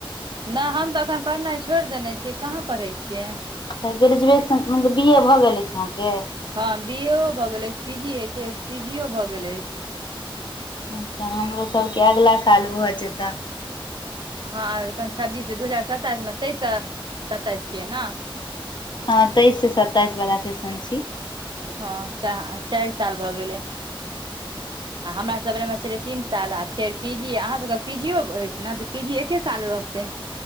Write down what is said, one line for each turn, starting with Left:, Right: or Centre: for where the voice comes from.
Right: नय हम तऽ एखन पढ़नाइ छोड़ देने छियै कहाँ पढ़ै छियै
Left: अच्छा ग्रेजुएशन मतलब बी ए भऽ गेल अइछ अहाँके
Right: हँ बी ए भऽ गेल अइछ पीजी हय छै पी जी भए गेल अइछ हं
Left: अच्छा हमरो सबके अगिला साल भऽ जेतै
Right: हँ एखन छब्बीस दू हजार सताइस मे तेइस सताइस छियै ने
Left: हँ तेइस से सताइस वला सेशन छी
Right: हँ च चाइर साल भऽ गेलै आ हमरा सबरमे छलै तीन साल आ फेर पी जी अहाँ सबके पीजियो अइछ ने तऽ पी जी एके साल रहतै